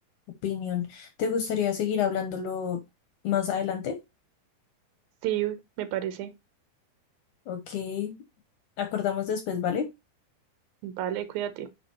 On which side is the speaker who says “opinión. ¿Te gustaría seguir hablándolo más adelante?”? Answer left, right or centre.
Left